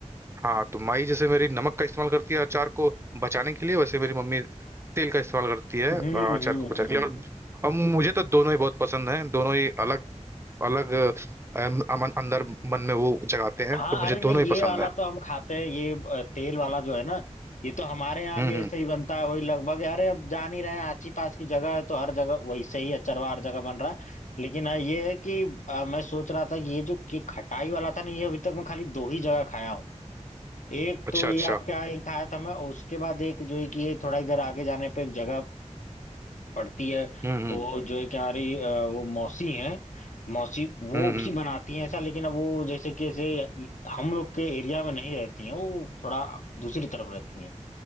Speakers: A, on the right (about 20°); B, on the left (about 75°).
A: हाँ तो माई जैसे मेरी नमक का इस्तेमाल करती है अचार को बचाने के लिए वैसे मेरी मम्मी तेल का इस्तेमाल करती है
B: हम्म
A: अ, अचार
B: हम्म
A: को बचाने
B: हम्म
A: के लिए और हम्म अब मुझे तो दोनों ही बहुत पसंद हैं दोनों ही अलग अलग अम, अमन अंदर मन में वो जगाते
B: हाँ
A: हैं तो मुझे
B: अरे
A: दोनों
B: नहीं
A: ही
B: ये
A: पसंद
B: वाला
A: है
B: तो हम खाते हैं ये अ, तेल वाला जो है ना ये तो हमारे यहाँ
A: हम्म
B: भी ऐसे
A: हम्म
B: ही बनता है वही लगभग अरे अब जान ही रहे हैं आची पास की जगह है तो हर जगह वैसे ही अचरवा हर जगह बन रहा है लेकिन हाँ ये है कि अ, मैं सोच रहा था कि ये जो ये खटाई वाला था ना ये अभी तक मैं खाली दो ही जगह खाया हूँ एक
A: अच्छा
B: तो ये
A: अच्छा
B: आपके यहाँ ही खाया था मैं उसके बाद एक जो है कि ये थोड़ा इधर आगे जाने पे एक जगह पढ़ती है
A: हम्म हम्म
B: वो जो है कि हमारी अ, वो मौसी हैं मौसी वो
A: हम्म
B: भी
A: हम्म
B: बनाती हैं ऐसा लेकिन अब वो जैसे कि ऐसे हम लोग के एरिया में नहीं रहती हैं वो थोड़ा दूसरी तरफ रहती हैं